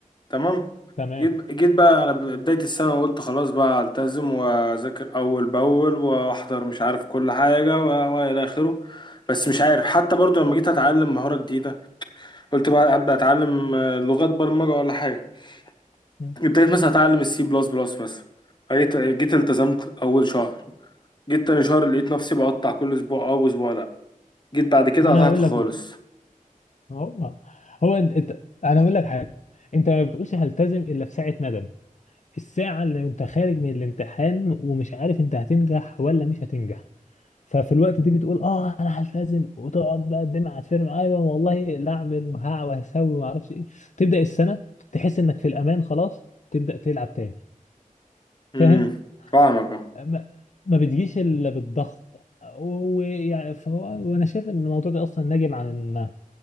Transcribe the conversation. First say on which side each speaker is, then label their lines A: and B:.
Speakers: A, on the left; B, on the left.
A: تمام
B: تمام
A: جيت جيت بقى انا بداية السنة وقلت خلاص بقى هلتزم واذاكر اول باول واحضر مش عارف كل حاجة و- والى اخره بس مش عارف حتى برضه لما جيت اتعلم مهارة جديدة قلت بقى ابدا اتعلم آه، لغات برمجة ولا حاجة
B: مم.
A: ابتديت مثلا اتعلم السي بلس بلس مثلا جيت جيت التزمت اول شهر جيت تاني شهر لقيت نفسي بقطع كل اسبوع او اسبوع لا جيت بعد كده
B: انا
A: قطعت
B: هقول
A: خالص
B: لك هو هو انت انت- انا هقول لك حاجه انت ما بتقولش هلتزم الا في ساعه ندم الساعه اللي انت خارج من الامتحان ومش عارف انت هتنجح ولا مش هتنجح ففي الوقت دي بتقول اه انا هلتزم وتقعد بقى الدمعه هتفرم ايوه والله لا اعمل وهع وهسوي وما اعرفش ايه تبدا السنه تحس انك في الامان خلاص تبدا تلعب تاني فاهم
A: امم فاهمك آه.
B: ما, ما بتجيش الا بالضغط ويعني فهو وانا شايف ان الموضوع ده اصلا ناجم عن